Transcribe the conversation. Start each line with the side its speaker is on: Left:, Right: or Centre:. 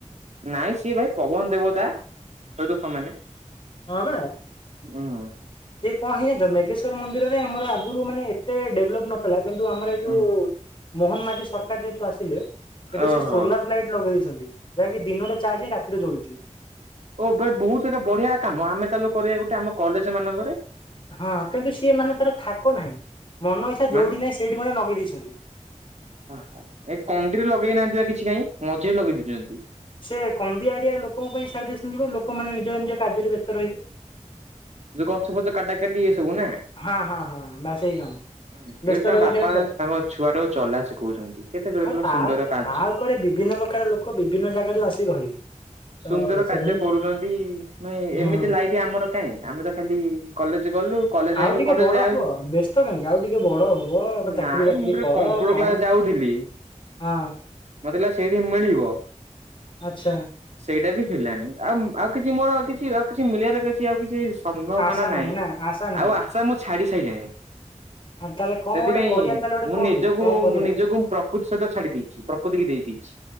Right: ନାଇଁ ସିଏ ଭାଇ ପବନ ଦେବତା ସହିତ ସମାନେ।
Left: ହଁ ବା।
Right: ହୁଁ।
Left: ସେ କଣ ହେଇଚି ଜାଣିଚ ମେଗେଶ୍ୱର ମନ୍ଦିରରେ ଆମ ଆଗରୁ ମାନେ ଏତେ ଡେଭଲପ ନ ଥିଲା କିନ୍ତୁ ଆମର ଏଇ ଯଉ
Right: ହୁଁ।
Left: ମୋହନ ମାଝି ସରକାର ଯେହେତୁ ଆସିଲେ ଏବେ
Right: ଓହୋ।
Left: ସେ ସୋଲାର ଲାଇଟ ଲଗେଇ ଦେଇଛନ୍ତି ଯାହାକି ଦିନରେ ଚାର୍ଜ ହେଇ ରାତିରେ ଜଳୁଛି।
Right: ଓ ବହୁତ ଗୋଟେ ବଢିଆ କାମ ଆମେ ତାହଲେ କରିବା ଗୋଟେ ଆମ କଲେଜ ମାନଙ୍କରେ।
Left: ହଁ କିନ୍ତୁ ସିଏ ମାନେ ତାର ଥାକ ନାହିଁ ମନ ଇଚ୍ଛା
Right: ମାନ
Left: ଯୋଉଠି ନାହିଁ ସେଇଠି କଣ ନଗେଇ ଦେଇଛନ୍ତି।
Right: ଓହୋ ଏ କନ୍ଦିରି ଲଗେଇ ନାହାନ୍ତି ବା କିଛି କାଇଁ ମଝିରେ ଲଗେଇ ଦେଇଛନ୍ତି।
Left: ସେ କନ୍ଦିଆ ଆଡିଆ ଲୋକଙ୍କ ପାଇଁ ସାରି ଦେଇଶନ୍ତି ବା ଲୋକମାନେ ନିଜ ନିଜ କାର୍ଯ୍ୟରେ ବ୍ୟସ୍ତ ରହିବେ।
Right: ଯୋଉ ଗଛ ଫଛ କଟା କାଟି ଏ ସବୁ ନା?
Left: ହଁ, ହଁ, ହଁ ବାସ ଏଇ କାମ।
Right: ହଁ
Left: ବ୍ୟସ୍ତ
Right: ଏଇଠି ତାଙ୍କ
Left: ରହିବେ
Right: ବାପା
Left: ସେଇଠି ତ।
Right: ତାଙ୍କ ଛୁଆଟାକୁ ଚଲା ଶିଖଉଚନ୍ତି କେତେ ଦେଖଲ
Left: ହଁ
Right: ସୁନ୍ଦର କା
Left: ପାର୍କ ରେ ବିଭିନ୍ନ ପ୍ରକାର ଲୋକ ବିଭିନ୍ନ ଜାଗାରୁ ଆସି ରହିବେ। ତ
Right: ସୁନ୍ଦର କାର୍ଯ୍ୟ
Left: ସେମିତି
Right: କରୁଛନ୍ତି ନେ
Left: ହୁଁ
Right: ଏମିତି ଲାଇଟ୍ ଆମର କାହିଁ ଆମେ ତ ଖାଲି କଲେଜ ଗଲୁ। କଲେଜ
Left: ଆଉ
Right: ଯାଇକି
Left: ଟିକେ
Right: କଲେଜ
Left: ବଡ
Right: ଯାଉ
Left: ହୁଅ ବ୍ୟସ୍ତ କାହିଁକି ଆଉ ଟିକେ ବଡ ହୁଅ ଚାକିରି
Right: ନାଇଁ
Left: ବାକିରି
Right: ମୁଁ ଟିକେ
Left: କର
Right: କମ୍ପ୍ୟୁଟର
Left: କ
Right: ଯାଉଥିଲି।
Left: ହଁ।
Right: ମତେ ଲା ସେଇ ରୁମ ମିଳିବ।
Left: ଆଚ୍ଛା।
Right: ସେଇଟା ବି ହେଲାନି ଆଉ ମ ଆଉ କିଛି ମୋର କିଛି ଆଉ କିଛି ମିଳିବାରେ କିଛି ଆଉ କିଛି ସମ୍ଭାମାନା
Left: ଆଶା
Right: ନାଇଁ
Left: ନାହିଁ ନା ଆଶା ନାହିଁ।
Right: ଆଉ ଆଶା ମୁଁ ଛାଡି ସାଇଲିଣି।
Left: ଆଉ ତାହେଲେ କଣ
Right: ସେଥିପାଇଁ
Left: ଗୋଟେ କରିବା ତାହେଲେ ଗୋଟେ
Right: ମୁଁ
Left: କୁହନ୍ତୁ
Right: ନିଜକୁ
Left: କଣ କରିବା
Right: ମୁଁ ନିଜକୁ ପ୍ରକୃତି ସହିତ ଛାଡି ଦେଇଛି ପ୍ରକୃତି କି ଦେଇ ଦେଇଛି।